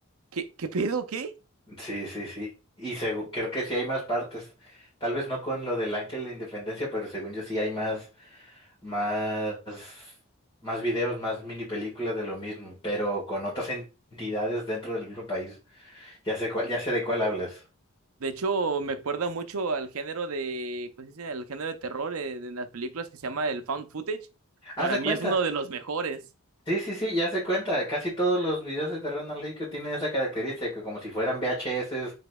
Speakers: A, on the right; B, on the left.
A: ¿qué, qué pedo? ¿Qué?
B: Sí, sí, sí. Y segu- creo que sí hay más partes. Tal vez no con lo del Ángel de Independencia, pero según yo sí hay más. más, más videos, más mini películas de lo mismo, pero con otras entidades dentro del mismo país. Ya sé cuál, ya sé de cuál hablas.
A: De hecho, me acuerda mucho al género de, ¿cómo se dice? El género de terror eh, de, las películas que se llama el found footage.
B: Ah,
A: Para
B: se
A: mí
B: cuenta.
A: es uno de los mejores.
B: Sí, sí, sí, ya se cuenta. Casi todos los videos de terreno analógico tienen esa característica, como si fueran VHS,